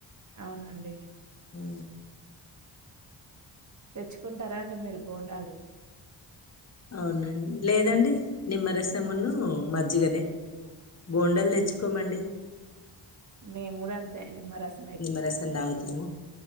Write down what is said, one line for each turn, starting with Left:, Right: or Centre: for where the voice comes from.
Right: అవునండి.
Left: ఉ
Right: తెచ్చుకుంటారా అండి మీరు బోండాలు
Left: అవును లేదండి నిమ్మరసమును మజ్జిగనే బోండాలు
Right: అవునా?
Left: తెచ్చుకోమండి
Right: మేము గూడ అంతే నిమ్మరస
Left: నిమ్మరసం తాగుతాము